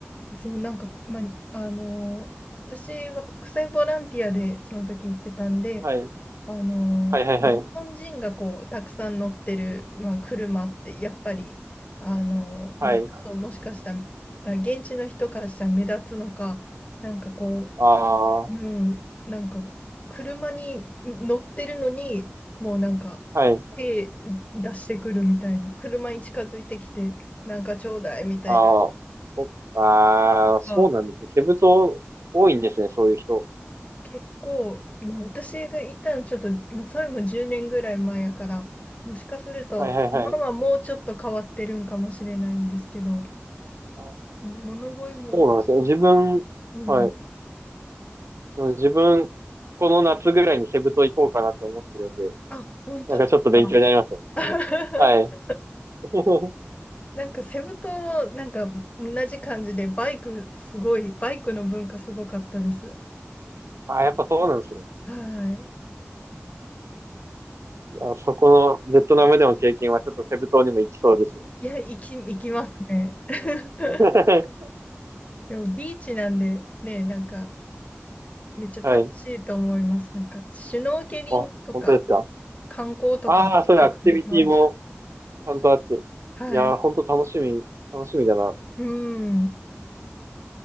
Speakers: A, on the left (about 30°); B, on the right (about 80°).
A: そう、なんか、まあ、あの、私は国際ボランティアでその時行ってたんで、
B: はい。
A: あの、
B: はいはいはい。
A: 日本人がこう、たくさん乗ってる、まあ、車って、やっぱり、あの、
B: はい。
A: まあ、ちょっともしかしたら、現地の人からしたら目立つのか、なんかこ
B: ああ、
A: う、うん、なんか、車に乗ってるのに、もうなんか、
B: はい。
A: 手出してくるみたいな、車に近づいてきて、なんかちょうだいみたいな、
B: ああ、そああ、そうなんですね。
A: まあ、
B: セブ島多いんですね、そういう人。
A: 結構、まあ、私がいたのちょっと、まあそれも10年ぐらい前やから、もしかすると、
B: はいはいはい。
A: 今はもうちょっと変わってるんかもしれないんですけど、
B: あー
A: 物乞いも、
B: そうなんですね。自分、
A: うん、
B: はい。その自分、この夏ぐらいにセブ島行こうかなって思ってるんで、
A: あ、本当ですか。
B: なんかちょっと勉強になりますね。
A: <laughs>
B: はい。<laughs>
A: なんかセブ島もなんか同じ感じでバイクすごい、バイクの文化すごかったです。
B: ああ、やっぱそうなんですね。
A: は
B: いや、そこのベトナムでの経験はちょっとセブ島にも行きそうですね。
A: い。いや、行き、行きますね。<laughs>
B: <laughs>
A: でもビーチなんでね、なんかめっちゃ楽しいと思います。
B: はい。
A: なんかシュノーケリングとか
B: あ、本当ですか。
A: 観光とか
B: ああ、そういうアクティビティも
A: できました。
B: ちゃんとあって。
A: はい。
B: いやー、ほんと楽しみ、楽しみだな。
A: うん。